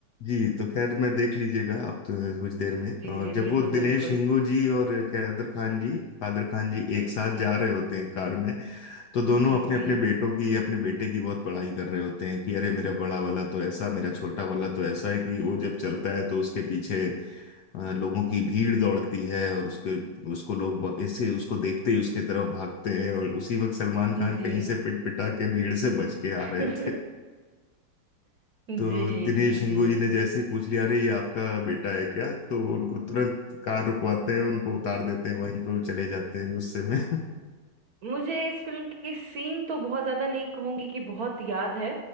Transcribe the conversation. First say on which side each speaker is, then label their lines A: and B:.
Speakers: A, on the left; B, on the right.
A: जी तो खैर मैं देख लीजिएगा आप तो कुछ देर में
B: जी
A: और
B: जी
A: जब
B: बिल्कुल
A: वो दिनेश
B: बिल्कुल
A: हिंगू जी और कादर खान जी कादर खान जी एक साथ
B: जी
A: जा रहे होते हैं कार में तो दोनों
B: जी
A: अपने
B: जी
A: अपने बेटों की अपने बेटे की बहुत बड़ाई कर रहे होते हैं कि अरे मेरा बड़ा वाला तो ऐसा मेरा छोटा वाला तो ऐसा है कि वो जब चलता है तो उसके पीछे अ, लोगों की भीड़ दौड़ती है और उसके उसको लोग ब- ऐसे उसको देखते ही उसके तरफ भागते हैं और उसी वक्त सलमान खान
B: जी
A: कहीं से पिट पिटा के भीड़ से बच के
B: <laughs>
A: आ रहे थे तो
B: जी
A: दिनेश
B: जी
A: हिंगू
B: जी
A: जी ने जैसे ही पूछ लिया अरे ये आपका बेटा है क्या तो वो उनको तुरंत कार रुकवाते हैं उनको उतार देते हैं वहीं पर वो चले जाते हैं गुस्से में
B: मुझे इस फिल्म के सीन तो बहुत ज्यादा नहीं कहूंगी कि बहुत याद है